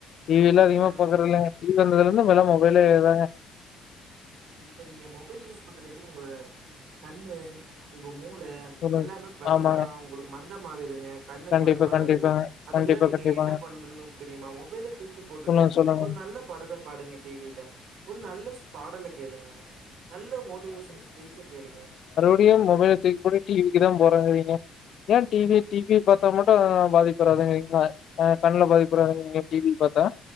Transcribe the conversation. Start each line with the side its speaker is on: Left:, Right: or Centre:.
Left: டி வி எல்லா அதிகமா
Right: இப்ப
Left: பாக்கறது இல்லங்க டி வி வந்ததுல இருந்து இப்பெல்லா மொபைலே தாங்க
Right: இப்ப நீங்க மொபைல் யூஸ் பண்ற கட்டி உங்க கண்ணு உங்க மூள
Left: சொல்லுங்க.
Right: எல்லாமே பாத்தீங்கன்னா
Left: ஆமாங்க
Right: உங்களுக்கு மந்தம் ஆகுதுங்க கண்ணு
Left: கண்டிப்பா
Right: கொறைபாடாகுது
Left: கண்டிப்பாங்க
Right: அதுக்கெல்லா
Left: கண்டிப்பா
Right: நீங்க
Left: கண்டிப்பாங்க
Right: என்ன பண்றன்னு தெரியுமா மொபைல்ல தூக்கி போட்டுட்டு
Left: சொல்லுங்க சொல்லுங்க
Right: ஒரு நல்ல படத்த பாடுங்க டி வி ல ஒரு நல்ல சா பாடல கேளுங்க நல்ல மோட்டிவேஷன் ஸ்பீச்ச கேளுங்க
Left: அப்டிய மொபைல தூக்கி போட்டு டி விக்கு தா போறங்கிறீங்க ஏ டி வி டி வி பாத்தா மட்டு பாதிப்பு வரதுங்கிறிங்களா அ கண்ணல பாதிப்பு வரதாங்கள டி வி பாத்தா